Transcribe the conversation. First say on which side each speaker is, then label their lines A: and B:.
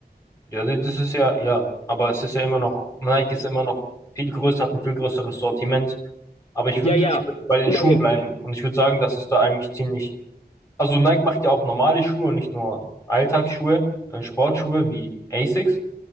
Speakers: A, on the left; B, on the left.
A: Ja, das ist ja, ja, aber es ist ja immer noch, Nike ist immer noch viel größer, hat ein viel größeres Sortiment. Aber ich
B: Ja,
A: würde
B: ja,
A: jetzt bei den
B: immerhin.
A: Schuhen bleiben und ich würde sagen, dass es da eigentlich ziemlich Also Nike macht ja auch normale Schuhe und nicht nur Alltagsschuhe, äh, Sportschuhe wie Asics.